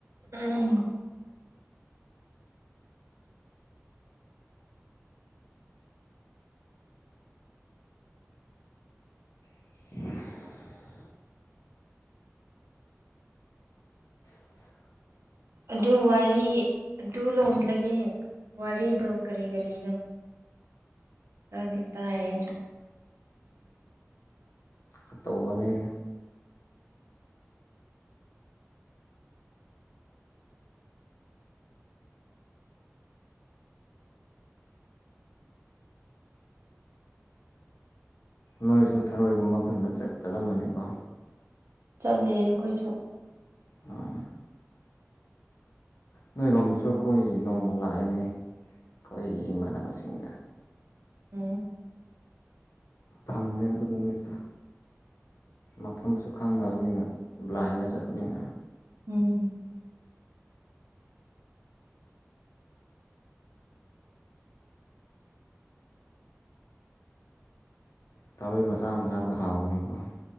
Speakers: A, on the right; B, on the left.
A: ꯎꯝ
B: <unintelligible> <unintelligible>
A: ꯑꯗꯨ ꯋꯥꯔꯤ ꯑꯗꯨ ꯂꯣꯝꯗꯒꯤ ꯋꯥꯔꯤꯗꯣ ꯀꯔꯤ ꯀꯔꯤꯅꯣ ꯔꯥꯗꯤ ꯇꯥꯏ ꯑꯩꯁꯨ
B: ꯈꯥ ꯇꯧꯕꯅꯤ ꯅꯣꯏꯁꯨ ꯊꯔꯣꯏꯒꯨꯝꯕ ꯀꯨꯟꯕ ꯆꯠ ꯆꯠꯂꯝꯃꯅꯤꯀꯣ
A: ꯆꯠꯂꯦ ꯑꯩꯈꯣꯏꯁꯨ
B: ꯑꯥ ꯅꯣꯏꯔꯣꯝꯗꯁꯨ ꯀꯣꯏ ꯅꯣꯡꯃ ꯂꯥꯛꯑꯦꯅꯦ ꯈꯣꯏꯒꯤ ꯏꯃꯥꯟꯅꯕꯁꯤꯡꯒ
A: ꯎꯝ
B: ꯐꯪꯗꯦ ꯑꯗꯨ ꯅꯨꯃꯤꯠꯇꯣ ꯃꯐꯝꯁꯨ ꯈꯪꯗꯕꯅꯤꯅ ꯕ꯭ꯂꯥꯏꯟꯗ ꯆꯠꯄꯅꯤꯅ
A: ꯎꯝ ꯎꯝ
B: ꯊꯔꯣꯏ ꯃꯆꯥ ꯃꯆꯥꯗꯨ ꯍꯥꯎꯕꯅꯤꯀꯣ